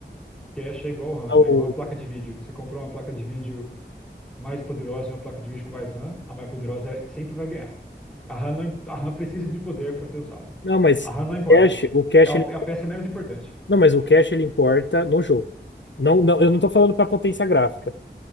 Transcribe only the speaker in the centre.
Cache é igual RAM.
É igual uma placa de vídeo. Você comprou uma placa de vídeo mais poderosa e uma placa de vídeo com mais RAM, a mais poderosa é- sempre vai ganhar. A RAM, não, a RAM precisa de poder para ser usada.
A RAM não
importa.
É a,
é a peça menos importante.